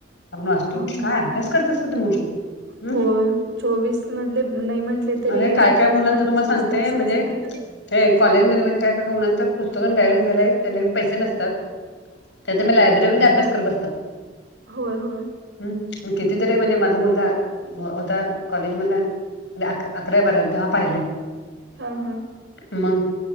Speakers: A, on the left; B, on the right.
A: आपणं वाचतो
B: होय
A: कायं अभ्यास करतं असतं ते मुलं हम्मं
B: होय चोवीस मधंले नाहीं म्हटले तरी
A: अरे काय
B: अठरा
A: काय मुलांत
B: अठरा
A: तुम्हाला
B: वीस वीस
A: सांगते
B: तासं
A: म्हणजे
B: दिसतांत.
A: हे कॉलेज मध्यें म्हणजे कायं कायं म्हणां तरं पुस्तकं घांय घयलांय त्यांच्याकडे पैसे नसतांत. त्यांच्यामुळे ते लायब्ररीमध्यें अभ्यास करतं बसतांत.
B: होयं होयं.
A: हम्मं मं कितीतरी म्हणजे माझां मुलंगा होतां कॉलेज मलां. अकरा बारा नंतर तेंव्हा पाहिलंय.
B: हां हां.
A: मंग